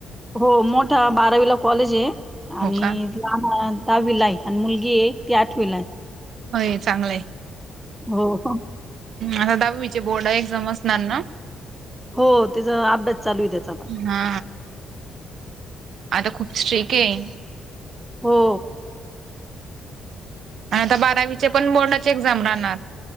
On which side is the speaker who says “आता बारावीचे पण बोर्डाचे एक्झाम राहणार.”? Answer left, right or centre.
Right